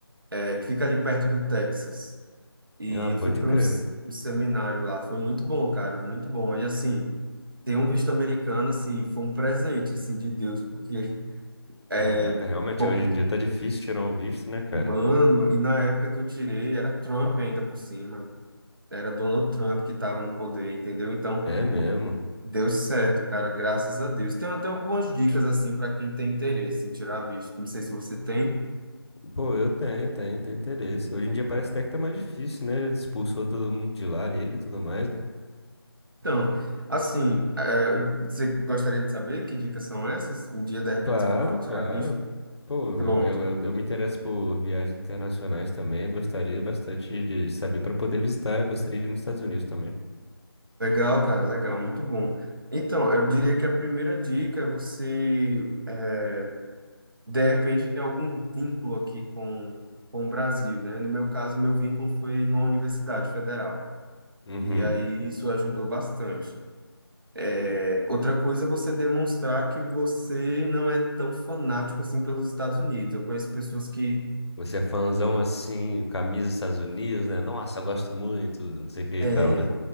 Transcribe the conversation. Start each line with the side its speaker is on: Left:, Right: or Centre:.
Right: é, que fica ali perto do Texas. E
Left: Ah,
Right: eu
Left: pode
Right: fui para
Left: crer.
Right: um, s- um seminário lá. Foi muito bom, cara, muito bom. E assim, ter um visto americano, assim, foi um presente, assim, de Deus, porque é,
Left: Caraca, realmente,
Right: pou-
Left: hoje em dia tá difícil tirar um visto, né, cara?
Right: Mano, e na época que eu tirei, era Trump ainda por cima. Era Donald Trump que estava no poder, entendeu? Então,
Left: É mesmo.
Right: deu certo, cara, graças a Deus. Tem até algumas dicas, assim, para quem tem interesse em tirar visto. Não sei se você tem.
Left: Pô, eu tenho, tenho, tenho interesse. Hoje em dia parece até que tá mais difícil, né? Ele Expulsou todo mundo de lá, ele e tudo mais, né?
Right: Então, assim, é, você gostaria de saber que dicas são essas? Um dia, de repente,
Left: Claro,
Right: se for tirar
Left: claro.
Right: visto?
Left: Pô,
Right: Pronto.
Left: eu, eu, eu- me interesso por viagens internacionais também. eu Gostaria bastante de de saber para poder visitar. Eu gostaria de ir nos Estados Unidos também.
Right: Legal, cara, legal, muito bom. Então, eu diria que a primeira dica é você é, de repente tem algum vínculo aqui com, com o Brasil, né? No meu caso, meu vínculo foi numa universidade federal,
Left: Uhum.
Right: e aí isso ajudou bastante. É,
Left: Uhum.
Right: outra coisa é você demonstrar que você não é tão fanático assim pelos Estados Unidos. Eu conheço pessoas que
Left: Você é fãzão assim, camisa dos Estados Unidos, né? Nossa, eu gosto muito, não sei o que
Right: É,
Left: e tal, né?